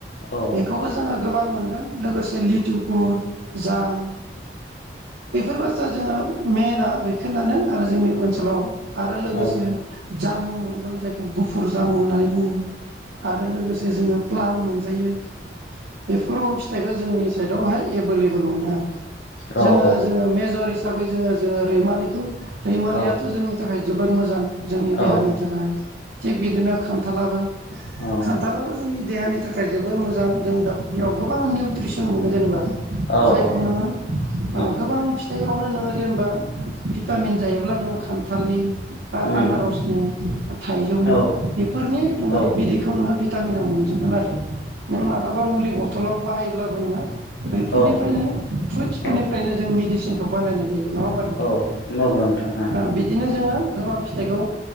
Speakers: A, on the left; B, on the right.
A: औ
B: बेखौबो जोङो गोबां मोनगोन लोगोसे लिथुखुर जाम बेफोर बाथ्रा जोङो मेना बेखौनानो। आरो जोंनि ओनसोलाव आरो लोगोसे
A: औ
B: जामु मोनगोन जायखौ गुफुर जामु होननानै बुङो। आरो लोगोसे जोङो प्लाम मोनजायो बेफोर फिथाइखौ जोंनि साइडआवहाय एबोलएबोल मोनो आरो।
A: औ
B: जोङो
A: औ
B: जोङो मेजर हिसाबै जोङो जोङो रैमालिखौ रैमालियाथ'
A: औ
B: जोंनि थाखाय जोबोर मोजां। जोंनि
A: औ
B: देहानि थाखाय थिग बिदिनो खान्थालाबो
A: औ
B: खान्थालाबो जोंनि देहानि थाखाय जोबोर मोजां जों दा बेयाव
A: औ
B: गोबां निउट्रिसन मोनो जेनेबा
A: औ
B: जायखौ
A: औ
B: नोङो
A: उम
B: ओ गोबां फिथाइवनो नोङो जेनेबा भिटामिन
A: उम
B: जायोब्ला नों खान्थालनि बा
A: उम
B: आनारसनि थाइजौनि
A: औ
B: बेफोरनि नोङो
A: औ
B: बिदैखौ नोङो भिटामिनाव मोनजोबगोन आरो नों मालाबा मुलि बथलाव बाहायोब्लाबो नोङो बैफोरनिफ्रायनो
A: औ
B: फ्रुइटसफोरनिफ्रायनो
A: औ
B: जों मेडिसिनखौ बानायनाय जायो। नङा होमबा नोंथां
A: औ नंगौ नोंथां
B: ओ बिदिनो जोङो गोबां फिथाइखौ